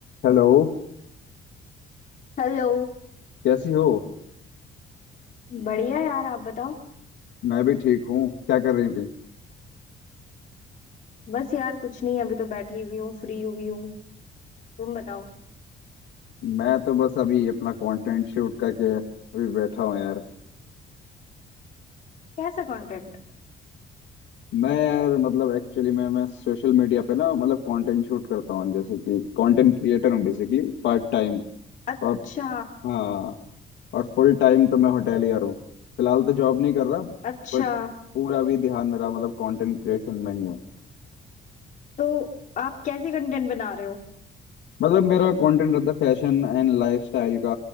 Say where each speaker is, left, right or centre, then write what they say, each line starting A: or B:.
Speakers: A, on the left (about 75°); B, on the left (about 45°).
A: Hello
B: Hello
A: कैसी हो
B: बढ़िया यार आप बताओ
A: मैं भी ठीक हूँ क्या कर रही थी
B: बस यार कुछ नहीं अभी तो बैठी हुई हूँ फ्री हुई हूँ तुम बताओ
A: मैं तो बस अभी अपना कंटेंट शूट करके अभी बैठा हूँ यार
B: कैसा कंटेंट
A: मैं यार मतलब एक्चुअली मैं मैं सोशल मीडिया पे ना मतलब कंटेंट शूट करता हूँ जैसे कि कंटेंट क्रिएटर हूँ बेसिकली पार्ट टाइम
B: अच्छा
A: और हाँ और फुल टाइम तो मैं होटेलियर हूँ फिलहाल तो जॉब नहीं कर रहा
B: अच्छा
A: बट पूरा भी ध्यान मेरा मतलब कंटेंट क्रिएशन में ही है
B: तो आप कैसे कंटेंट बना रहे हो
A: मतलब मेरा कंटेंट रहता है फैशन एंड लाइफस्टाइल का